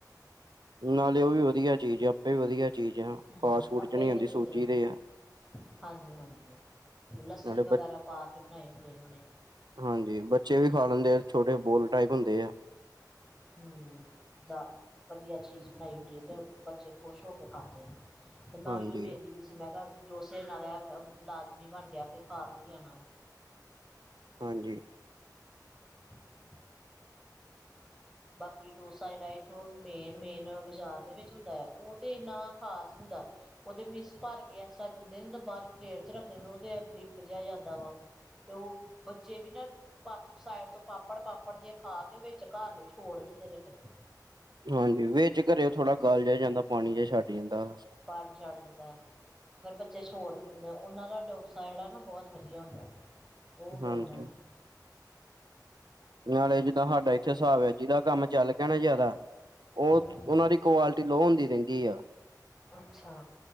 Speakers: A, on the right; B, in the centre.
A: ਨਾਲੇ ਉਹ ਵੀ ਵਧੀਆ ਚੀਜ਼ ਆ ਆਪੇ ਵਧੀਆ ਚੀਜ਼ ਆ,
B: ਹਮ
A: ਫਾਸਟ ਫੂਡ
B: ਆਪੇ
A: ਚ ਨਹੀਂ
B: ਵੀ
A: ਆਉਂਦੀ
B: ਵਧੀਆ।
A: ਸੂਜੀ ਦੇ ਆ।
B: <unintelligible> ਹਾਂਜੀ ਹਾਂਜੀ ਓੁਹ ਲੱਸੀ
A: ਨਾਲੇ
B: ਵਗੈਰਾ
A: ਬ
B: ਪਾ ਕੇ ਬਣਾਏ ਹੁੰਦੇ ਇਹਨਾਂ ਨੇ।
A: ਹਾਂਜੀ ਬੱਚੇ ਵੀ ਖਾ ਲੈਂਦੇ ਆ ਛੋਟੇ ਬੋਲ ਟਾਈਪ ਹੁੰਦੇ ਆ।
B: ਹਮ ਦਾ ਵਧੀਆ ਚੀਜ਼ ਬਣਾਈ ਹੁੰਦੀ ਹੈ ਤੇ ਬੱਚੇ ਖੁਸ਼ ਹੋ ਕੇ ਖਾਂਦੇ ਨੇ। ਤੇ ਮੈਂ
A: ਹਾਂਜੀ।
B: ਓਹੀਓ ਵੇਖਦੀ ਮੈਂ ਕੇਆ, ਡੋਸੇ ਨਾਲ ਆ ਲਾਜ਼ਮੀ ਬਨ ਗਿਆ ਕਿ ਖਾ ਕੇ ਈ ਆਨਾ ਹੁਨ।
A: ਹਾਂਜੀ।
B: <inaudible> ਬਾਕੀ ਡੋਸਾ ਜੇੜਾ ਏਹ ਥੋਂ ਮੇਨ-ਮੇਨ ਬਾਜ਼ਾਰ ਦੇ ਵਿੱਚ ਹੁੰਦੈ, ਉਹ 'ਤੇ ਏੰਨਾ ਖ਼ਾਸ ਹੁੰਦਾ। ਉਹਦੇ ਮਿਸ ਭਰ ਕੇ ਐਸ ਤਰ੍ਹਾਂ ਦਿੰਦੇ ਨੇ 'ਤੇ ਬਾਦ 'ਚ ਪਲੇਟ 'ਚ ਰੱਖਦੇ ਨੇ, ਉਹ ਤੇ ਲਿਫ ਜੇਆ ਜਾਂਦਾ ਵਾ। ਤੇ ਉਹ ਬੱਚੇ ਵੀ ਨਾ, ਪਾਪ ਸਾਈਡ ਤੋਂ ਪਾਪੜ-ਪਾਪੜ ਜੇਹੇ ਖਾ ਕੇ, ਵਿੱਚ ਘਰ ਲਈ ਤੋੜ ਦਿੰਦੇ ਨੇ ਫਿਰ
A: ਹਾਂਜੀ, ਵਿਚ ਘਰੇ ਥੋੜਾ ਗਲ ਜੇਆ ਜਾਂਦਾ, ਪਾਨੀ ਜਿ ਛੱਡ ਜਾਂਦਾ।
B: ਪਾਨੀ ਛਡ ਦਿੰਦੈ। ਫਿਰ ਬੱਚੇ ਛੋੜ ਦਿੰਦੇ, ਉਨਾਂ ਦਾ ਡੋਸਾ ਜੇੜਾ ਨਾ ਬੋਤ ਵਦੀਆ ਹੁੰਦੈ, ਉਹ
A: ਹਾਂਜੀ,
B: ਗੱਲਦੈ।
A: ਨਾਲੇ ਜਿੱਦਾਂ ਸਾਡਾ ਇੱਥੇ ਹਿਸਾਬ ਐ, ਜਿੱਦਾ ਕੰਮ ਚੱਲ ਗਿਆ ਨਾ ਜਾਦਾ, ਉਹ
B: ਹੂੰ
A: ਉਨਾਂ ਦੀ ਕੁਆਲਿਟੀ ਲੋਅ ਹੁੰਦੀ ਰੈਂਦੀ ਆ।
B: ਅੱਛਾ।